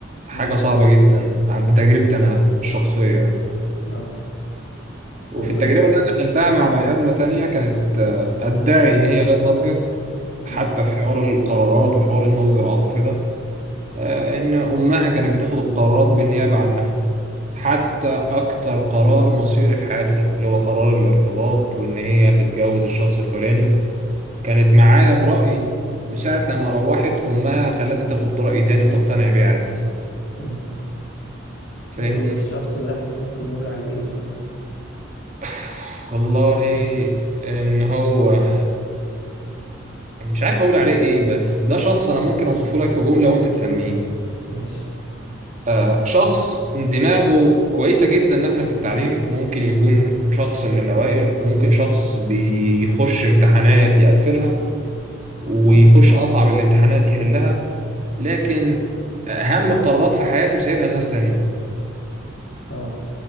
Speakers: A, on the right (about 40°); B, on the left (about 70°).
A: حاجة
B: مم.
A: صعبة جدا عن تجربتي انا الشخصية يعني
B: اه
A: وفي
B: طب وايه
A: التجربة اللي انا دخلتها مع بني ادمة تانية كانت آه، ادعي ان هي غير ناضجة حتى
B: مم.
A: في حوار القرارات وحوار النضج العاطفي ده آه، ان امها كانت بتاخد القرارات بالنيابة عنها حتى اكتر قرار مصيري في حياتها اللي هو قرار الارتباط وان هي هتتجوز الشخص الفلاني كانت معايا برأي وساعة لما روحت أمها خلتها تاخد رأي تاني وتقتنع بيه عادي
B: حلو.
A: فاهمني
B: يبقى الشخص ده احنا ممكن نقول عليه ايه بقى
A: <sighs> والله إن هو مش عارف أقول عليه إيه بس ده شخص أنا ممكن أوصفه لك في جملة وأنت تسميه
B: ماشي
A: آه شخص دماغه كويسة جدا مثلا في التعليم ممكن يكون شخص من الأوائل وممكن شخص بيخش امتحانات يقفلها ويخش
B: حلو
A: أصعب الامتحانات يحلها لكن أهم قرارات في حياته سايبها لناس تانية
B: اه